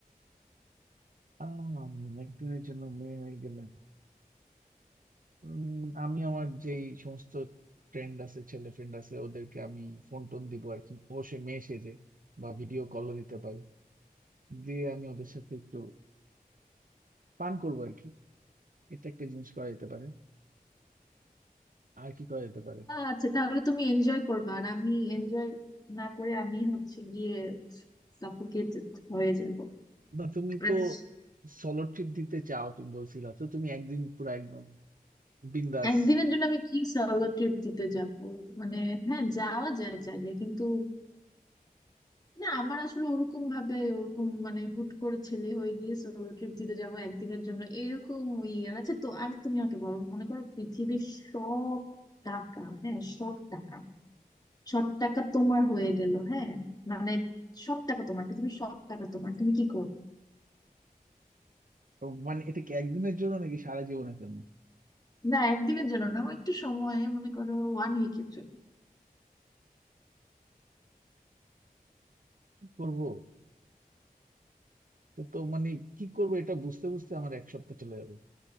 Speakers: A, on the right (about 60°); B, on the left (about 25°).
A: আম, একদিনের জন্য মেয়ে হয়ে গেলে উম, আমি আমার যে এই সমস্ত ফ্রেন্ড আছে ছেলে ফ্রেন্ড আছে ওদেরকে আমি ফোন টোন দিব আর কি অবশ্যই মেয়ে সেজে বা ভিডিও কলও দিতে পারি দিয়ে আমি ওদের সাথে একটু পান করবো আর কি এটা একটা জিনিস করা যেতে পারে আর কি করা যেতে পারে
B: আচ্ছা তাহলে তুমি এনজয় করবা আর আমি এনজয় না করে আমি হচ্ছে গিয়ে সাফোকেট হয়ে যাব
A: না তুমি
B: আজ
A: তো সলো ট্রিপ দিতে চাও তুমি বলছিলা তো তুমি একদিন পুরো একদম বিন্দাস
B: একদিনের জন্য আমি কি সলো ট্রিপ দিতে যাব মানে হ্যাঁ যাওয়া যায় চাইলে কিন্তু না আমার আসলে ওরকম ভাবে ওরকম মানে হুট করে ছেলে হয়ে গিয়ে সোলো ট্রিপ দিতে যাব একদিনের জন্য এরকম ওই আর- আচ্ছা তো আমি তুমি আমাকে বলো মনে করো পৃথিবীর সব টাকা হ্যাঁ সব টাকা সব টাকা তোমার হয়ে গেল হ্যাঁ মানে সব টাকা তোমার পৃথিবীর সব টাকা তোমার তুমি কি করো
A: তো মানে এটা কি একদিনের জন্য নাকি সারা জীবনের জন্য
B: না একদিনের জন্য না ও একটু সময় মনে করো ওয়ান উইকের জন্য
A: কি করবো তো তো মানে কি করবো এটা বুঝতে বুঝতে আমার এক সপ্তাহ চলে যাবে